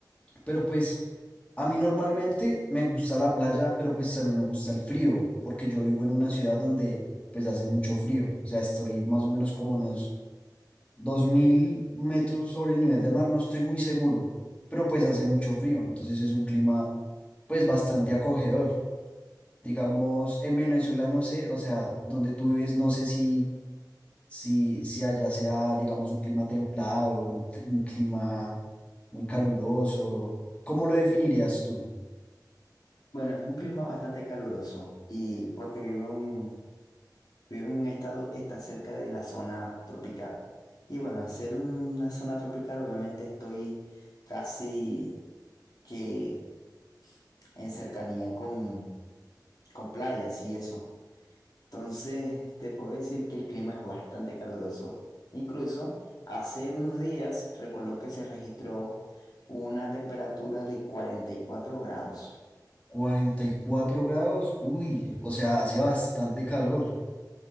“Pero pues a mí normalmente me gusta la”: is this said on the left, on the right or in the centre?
Left